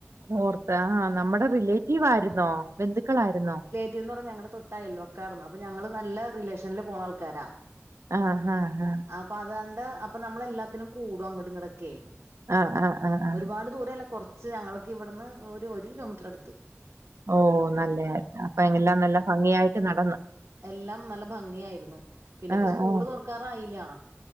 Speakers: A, on the right; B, on the right.
A: ഓർത്ത് ആഹ നമ്മുടെ റിലേറ്റീവ ആയിരുന്നോ ബന്ധുക്കളായിരുന്നോ
B: കെ പറ ഞങ്ങളുടെ തൊട്ടായില്ലോ ഒക്കാന്ന് അപ്പൊ ഞങ്ങള് നല്ല റിലേഷനിൽ പോകുന്ന ആൾക്കാരാ
A: ആഹ ആഹ് ആഹ
B: അപ്പൊ അത കണ്ട് അപ്പൊ നമ്മള എല്ലാത്തിനും കൂടും അങ്ങടും ഇങ്ങടൊക്കെ
A: ആഹ് ആഹ് ആഹ് ആഹ് ആഹ്
B: ഒരുപാട് ദൂരല്ല കൊറച്ച് ഞങ്ങക്ക് ഇവിടുന്ന് ഒരു ഒരു കിലോമീറ്റർ അടുത്ത്
A: ഓ നല്ല അപ്പ എല്ലാം നല്ല ഭംഗിയായിട്ട് നടന്നു
B: എല്ലാം നല്ല ഭംഗിയായിരുന്നു പിന്നെപ്പോ
A: ആഹ
B: സ്കൂള്
A: ആഹ
B: തുറക്കാറായില്ല